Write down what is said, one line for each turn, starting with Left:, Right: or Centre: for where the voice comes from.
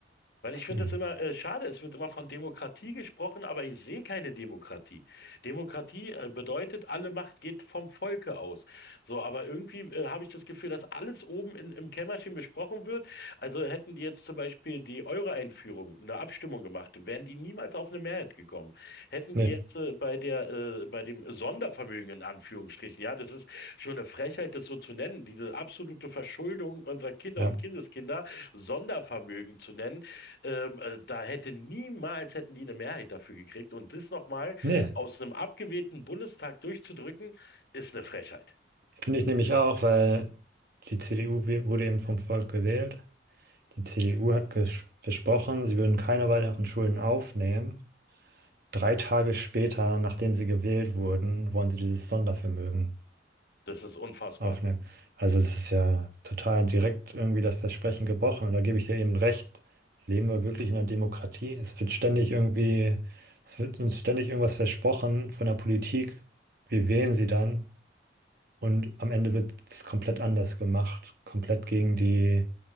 Left: Weil ich finde
Right: Hm.
Left: es immer äh, schade, es wird immer von Demokratie gesprochen, aber ich sehe keine Demokratie. Demokratie äh, bedeutet, alle Macht geht vom Volke aus. So, aber irgendwie äh, habe ich das Gefühl, dass alles oben in, im Kämmerchen besprochen wird. Also hätten die jetzt zum Beispiel die Euro-Einführung, eine Abstimmung gemacht, wären die niemals auf eine Mehrheit gekommen. Hätten
Right: Nee.
Left: die jetzt äh, bei der, äh, bei dem Sondervermögen in Anführungsstrichen, ja, das ist schon eine Frechheit, das so zu nennen, diese absolute Verschuldung unserer Kinder
Right: Ja.
Left: und Kindeskinder, Sondervermögen zu nennen ähm, äh, da hätte niemals hätten die eine Mehrheit dafür gekriegt. Und das nochmal
Right: Nee,
Left: aus einem abgewählten Bundestag durchzudrücken, ist eine Frechheit.
Right: finde ich nämlich auch, weil die CDU wi- wurde eben vom Volk gewählt. Die CDU hat ges- versprochen, sie würden keine weiteren Schulden aufnehmen. Drei Tage später, nachdem sie gewählt wurden, wollen sie dieses Sondervermögen
Left: Das ist unfassbar.
Right: aufnehmen. Also es ist ja total direkt irgendwie das Versprechen gebrochen. Und da gebe ich dir eben recht. Leben wir wirklich in einer Demokratie? Es wird ständig irgendwie, es wird uns ständig irgendwas versprochen von der Politik. Wir wählen sie dann. Und am Ende wird es komplett anders gemacht, komplett gegen die,